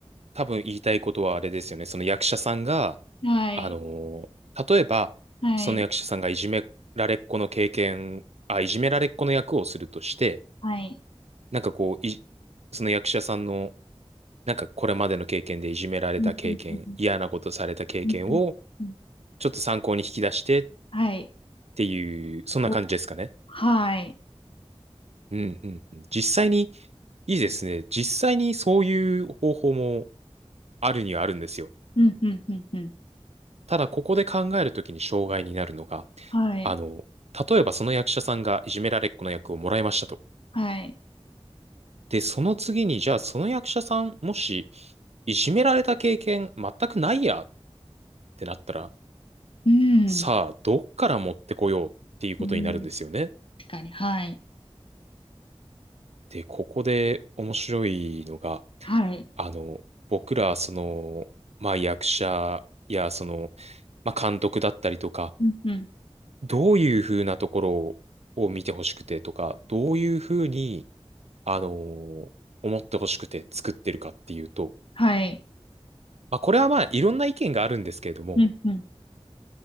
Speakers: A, on the right; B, on the left.
A: 多分言いたいことはあれですよね。その役者さんが、
B: はい。
A: あのー例えば、
B: はい。
A: その役者さんがいじめられっ子の経験、あ、いじめられっ子の役をするとして、
B: はい。
A: なんかこう、い、その役者さんの、なんかこれまでの経験でいじめられた経験、
B: うんうんうん
A: 嫌なことされた経験を、
B: うんうんうん
A: ちょっと参考に引き出してっ
B: はい。
A: ていう、そんな感じですかね。
B: おはい。
A: うんうんうん。実際に、いいですね。実際にそういう方法もあるにはあるんですよ。
B: うんうんうんうん。
A: ただ、ここで考えるときに障害になるのが、
B: はい。
A: あの、例えばその役者さんがいじめられっ子の役をもらいましたと。
B: はい。
A: で、その次に、じゃあその役者さん、もし、いじめられた経験全くないやってなったら、
B: うん。
A: さあ、どっから持ってこようっていうことになるんですよね。
B: うん。確かに。はい。
A: で、ここで面白いのが、
B: はい。
A: あの、僕ら、その、まあ、役者や、その、まあ、監督だったりとか、
B: うんうん。
A: どういうふうなところを見てほしくてとか、どういうふうに、あのー思ってほしくて作ってるかっていうと、
B: はい。
A: まあ、これはまあ、いろんな意見があるんですけれども、
B: うんうん